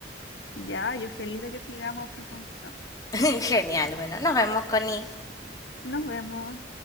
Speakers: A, on the left; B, on the left.
A: Ya, yo feliz de que sigamos profundizando.
B: <laughs> Genial, bueno, nos vemos, Connie.
A: Nos vemos.